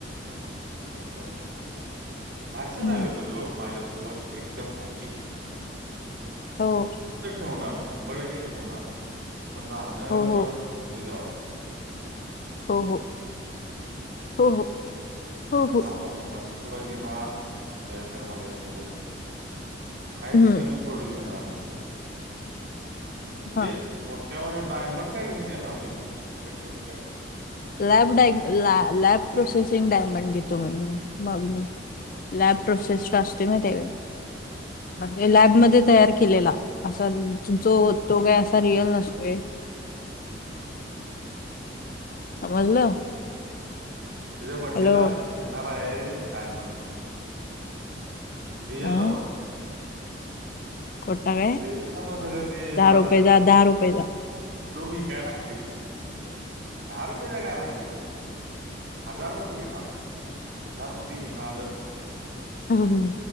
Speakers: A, on the right; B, on the left.
A: मग बाय मग राशील
B: हम्म
A: ना ग पिल्लू माझ्यासोबत एकदम हॅप्पी.
B: हो
A: ठेवणार शंभरे टक्के ठेवणार पण राहण न
B: हो
A: राहण
B: हो
A: ति तुजावर
B: हो हो. हो हो. हो
A: राहा
B: हो
A: बा. मस्तपैकी राहा एन्जॉय कर माझ्यासोबत काहीच
B: हम्म
A: कमी पडू देणार नाही सोड तुला म्हणजे
B: हा
A: मो त्यामुळे डायमंड काय घेऊन येणार नाही बाई ह.
B: लॅब डाय लॅब प्रोसेसिंग डायमंड घेतो म मग मी लॅब प्रोसेसट असतोय माय त्याय काय. म्हणजे लॅबमध्ये तयार केलेला असा जो तो काय असा रिअल नसतोय. समजलं.
A: तुझ्या बड्डे
B: हॅलो
A: ला मी घेणारय आहे डायमंड रियल
B: हा
A: नव ग.
B: खोटा काय
A: रे ना मग सगळं ते
B: दहा
A: माझ
B: रुपयेचा दहा रुपयेचा
A: लो मी काय लागतील दहा रुपयेचा काय नाही सोड. हजार मधे घेणार थोडं हजार मध्ये घेणार.
B: ह.